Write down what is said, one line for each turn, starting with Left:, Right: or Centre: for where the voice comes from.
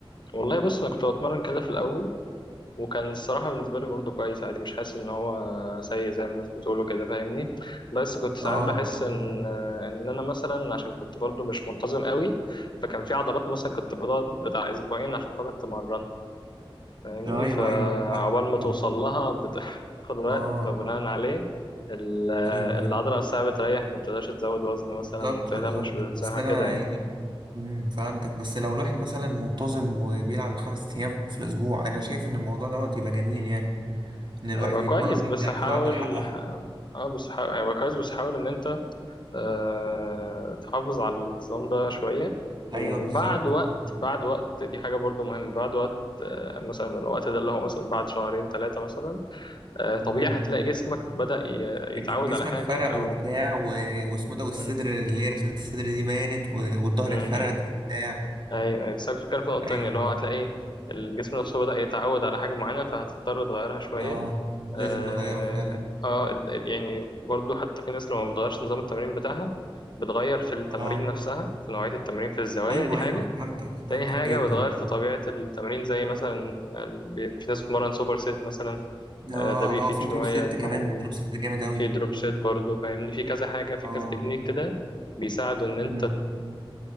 Left: والله بص انا كنت بتمرن كده في الأول وكان الصراحة بالنسبة لي برضه كويس عادي مش حاسس إن هو سيء زي ما الناس بتقوله كده فاهمني بس كنت ساعات
Right: اه
Left: بحس إن إن أنا مثلا عشان كنت برضه مش منتظم قوي فكان في عضلات مثلا كنت بقعد بتاع أسبوعين عشان خاطر تمرن فاهمني
Right: ايوه
Left: فعقبال
Right: ايوه انا فاهم
Left: ما
Right: فاهم
Left: توصل لها بتاخد <laughs> وقت
Right: اه
Left: فبناء عليه ال-
Right: ايوه
Left: العضلة
Right: ايوه
Left: نفسها بتريح ما بتقدرش تزود وزن
Right: بالظبط
Left: مثلا ما بتهتمش
Right: بالظبط
Left: بالصحة
Right: بس انا
Left: كده يعني
Right: يعني امم فهمتك بس لو الواحد مثلا منتظم وبيلعب الخمس ايام في الاسبوع انا شايف ان الموضوع دوت يبقى جميل يعني ان الواحد
Left: هيبقى
Right: يتمرن
Left: كويس بس
Right: يدي على
Left: حاول
Right: كل عضله حقها
Left: ح- اه بس حاول هيبقى كويس بس حاول ان انت آه، تحافظ على الانتظام ده شوية وبعد
Right: ايوه بالظبط
Left: وقت
Right: بالظبط
Left: بعد وقت دي حاجة برضو مهمة بعد وقت آه، مثلا الوقت ده اللي هو مثلا بعد شهرين ثلاثة مثلا آه،
Right: امم
Left: طبيعي هتلاقي جسمك بدأ ي-
Right: ج-
Left: يتعود
Right: جسمك
Left: على حاجة
Right: فرق
Left: أو
Right: وبتاع و... واسمه إيه ده والصدر
Left: م-
Right: اللي هي رسمه الصدر دي بانت و... والظهر
Left: م-
Right: اتفرد
Left: م.
Right: وبتاع
Left: أيوه أيوه بس أنا كنت بتكلم في نقطة
Right: ايوه
Left: تانية اللي هو
Right: دي.
Left: هتلاقي الجسم نفسه بدأ يتعود على حاجة معينة فهتضطر تغيرها شوية
Right: اه
Left: اه
Right: لازم نغيره فعلا
Left: آه، يعني برضو حتى في ناس لو ما بتغيرش نظام التمرين بتاعها بتغير في التمارين
Right: اه
Left: نفسها في نوعية التمرين في الزوايا
Right: ايوه
Left: دي حاجة
Right: ايوه فهمتك فهمتك
Left: تاني حاجة
Right: جدا
Left: بتغير في طبيعة التمرين زي مثلا بي- في ناس بتتمرن سوبر سيت مثلا
Right: اه
Left: آه، ده بيفيد
Right: اه في
Left: شوية
Right: دروب ست
Left: إن
Right: كمان
Left: هو
Right: دروب ست جامد اوي
Left: في دروب سيت برضه فاهمني في كذا حاجة في
Right: اه
Left: كذا تكنيك كده بيساعدوا إن
Right: امم.
Left: أنت